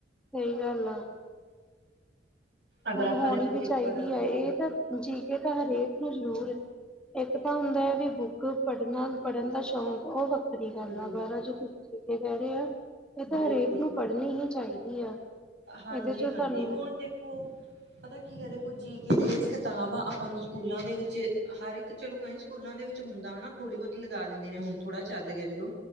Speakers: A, in the centre; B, on the right.
A: ਸਹੀ ਗੱਲ ਆ।
B: ਅਗਰ
A: ਹੋਣੀ
B: ਆਪਾਂ ਨੇ ਕੋਈ
A: ਵੀ
B: ਪੇਪਰ
A: ਚਾਹੀਦੀ
B: ਵਗੈਰਾ
A: ਐ, ਇਹ ਤਾਂ ਜੀ ਕੇ ਤਾਂ ਹਰੇਕ ਨੂੰ ਜ਼ਰੂਰ ਇੱਕ ਤਾਂ ਹੁੰਦਾ ਆ ਵੀ ਬੁੱਕ ਪੜ੍ਹਨਾ ਪੜ੍ਹਨ ਦਾ ਸ਼ੌਂਕ ਉਹ ਵੱ ਖਰੀ ਗੱਲ
B: ਬਿਲਕੁਲ
A: ਆ, ਅਖ਼ਬਾਰਾਂ ਜੋ ਕੁਛ ਕਹਿ ਰਹੇ ਆ ਇਹ ਤਾਂ
B: ਬਿਲਕੁਲ
A: ਹਰੇਕ ਨੂੰ ਪੜ੍ਹਨੀ ਹੀ ਚਾਹੀਦੀ ਆ।
B: ਹਾਂਜੀ
A: ਇਹਦੇ ਚ
B: -ਹਾਂਜੀ
A: ਸਾਨੂੰ
B: ਹੁਣ 'ਦੇਖੋ ਪਤਾ ਕੀ ਆ ਦੇਖੋ ਜੀ ਕੇ ਦੀ ਜਿਹੜੀ ਕਿਤਾਬ ਆ ਆਪਾਂ ਨੂੰ ਸਕੂਲਾਂ ਦੇ ਵਿੱਚ, ਹਰ ਇੱਕ ਚਲੋ ਕਈ ਸਕੂਲਾਂ ਦੇ ਵਿੱਚ ਹੁੰਦਾ ਹਨਾ, ਥੋੜੀ ਬਹੁਤੀ ਲਗਾ ਦਿੰਦੇ ਨੇ, ਥੋੜ੍ਹਾ ਚੱਲ ਗਿਆ ਚਲੋ